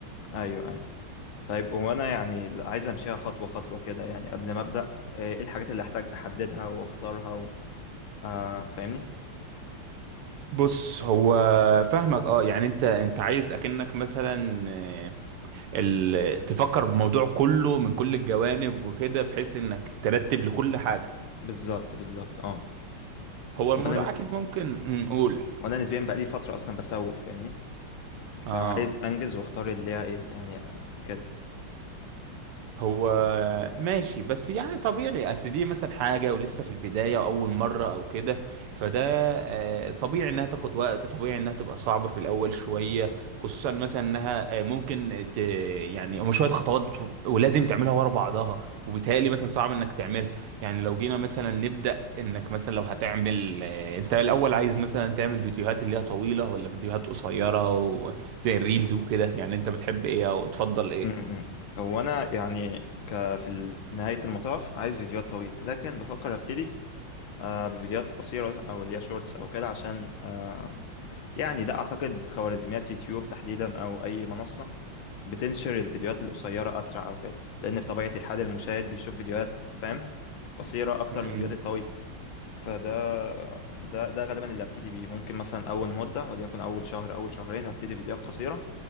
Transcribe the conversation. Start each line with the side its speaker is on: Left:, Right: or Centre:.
Left: ايوه ايوه طيب هو انا يعني عايز امشيها خطوة خطوة كده يعني قبل ما ابدا آه، ايه الحاجات اللي احتاج احددها واختارها و... آه فاهمني
Right: بص هو فاهمك اه يعني انت انت عايز اكنك مثلا آه، ال... تفكر بموضوع كله من كل الجوانب وكده بحيث انك ترتب لكل حاجة
Left: بالظبط بالظبط اه
Right: هو الموضوع
Left: وانا
Right: اكيد ممكن نقول
Left: وانا نسبيا بقى لي فتره اصلا بسوف فاهمني فعايز
Right: اه
Left: انجز واختار اللي هي ايه يعني آه، كده
Right: هو ماشي بس يعني طبيعي اصل دي مثلا حاجه ولسه في البدايه اول مره او كده فده آه، طبيعي انها تاخد وقت طبيعي انها تبقى صعبه في الاول شويه خصوصا مثلا انها آه، ممكن ت... يعني هم شويه خطوات ولازم تعملها ورا بعضها وبالتالي مثلا صعب انك تعملها يعني لو جينا مثلا نبدا انك مثلا لو هتعمل آه، انت الاول عايز مثلا تعمل فيديوهات اللي هي طويله ولا فيديوهات قصيره و... زي الريلز وكده يعني انت بتحب ايه او تفضل ايه
Left: م- م. هو انا يعني ك في ال- نهايه المطاف عايز فيديوهات طويله لكن بفكر ابتدي آه، بفيديوهات قصيره او اللي هي شورتس او كده عشان آه، يعني ده اعتقد خوارزميات يوتيوب تحديدا او اي منصه بتنشر الفيديوهات القصيره اسرع او كده لان بطبيعه الحال المشاهد بيشوف فيديوهات فاهم قصيره اكتر
Right: مم.
Left: من الفيديوهات الطويله فده ده ده غالبا اللي هبتدي بيه ممكن مثلا اول مده وليكن اول شهر اول شهرين هبتدي فيديوهات قصيره